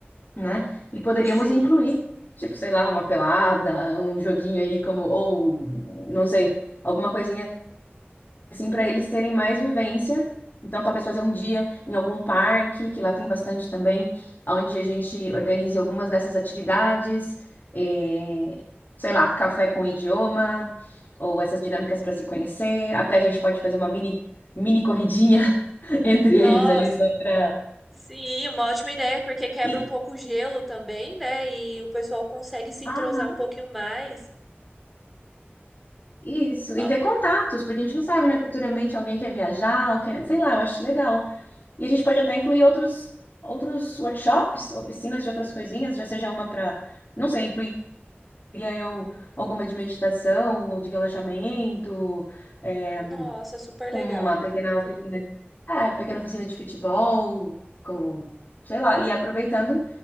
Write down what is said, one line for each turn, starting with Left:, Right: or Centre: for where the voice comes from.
Left: né? E poderíamos
Centre: Sim.
Left: incluir, tipo, sei lá, uma pelada, um joguinho aí como, ou, não sei, alguma coisinha assim, para eles terem mais vivência. Então, talvez fazer um dia em algum parque, que lá tem bastante também, onde a gente organize algumas dessas atividades, eh, sei lá, café com idioma, ou essas dinâmicas para se conhecer. Até a gente pode fazer uma mini, mini corridinha <laughs> entre
Centre: Nossa.
Left: eles ali, só para.
Centre: Sim, uma ótima ideia, porque quebra
Left: E,
Centre: um pouco o gelo também, né? E o pessoal consegue se entrosar
Left: aham,
Centre: um pouquinho mais.
Left: isso,
Centre: No-
Left: e ter contatos, porque a gente não sabe, né? Futuramente alguém quer viajar, ou quer, sei lá, eu acho legal. E a gente pode até incluir outros, outros workshops, oficinas de outras coisinhas, já seja uma para, não sei, incluiria eu alguma de meditação ou de relaxamento, é,
Centre: Nossa, super
Left: uma
Centre: legal.
Left: pequena oficina, é, pequena oficina de futebol, com, sei lá, e aproveitando,